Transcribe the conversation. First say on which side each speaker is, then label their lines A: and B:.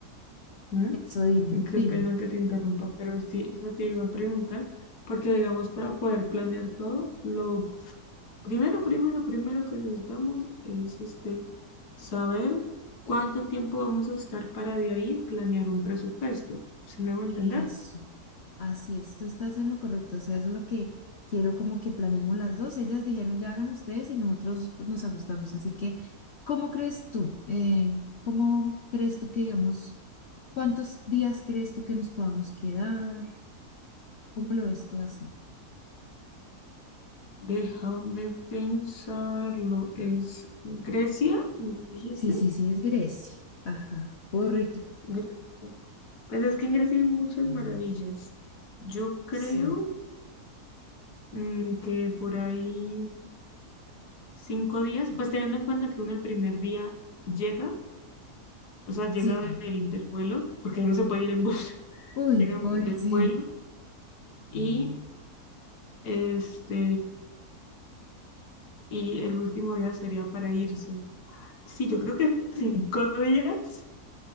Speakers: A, on the left; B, on the left.
A: ¿Mm?
B: eso dime,
A: Qué
B: dime,
A: pena que te interrumpa, pero sí, eso te iba a preguntar, porque digamos, para poder planear todo, lo primero, primero, primero que necesitamos es este, saber cuánto tiempo vamos a estar para de ahí planear un presupuesto. ¿Sí me voy a entender?
B: eso, así es, tú estás en lo correcto, o sea, eso es lo que quiero como que planeemos las dos, ellas dijeron ya hagan ustedes y nosotros pues, nos ajustamos, así que, ¿cómo crees tú? Eh, ¿cómo crees tú que digamos? ¿Cuántos días crees tú que nos podamos quedar? ¿Cómo lo ves tú así?
A: Déjame pensarlo. ¿Es Grecia? ¿Me dijiste?
B: Sí, sí, sí, es Grecia. Ajá, correcto.
A: Grecia. Pues es que en Grecia hay muchas maravillas. Yo creo
B: Sí,
A: Mm, que por ahí cinco días, pues teniendo en cuenta que uno el primer día llega, o sea, llega
B: sí.
A: del, del vuelo, porque ya no se puede ir en bus, <laughs>
B: Uy,
A: llega
B: uy,
A: del
B: sí.
A: vuelo y este, y el último día sería para irse. Sí, yo creo que cinco días.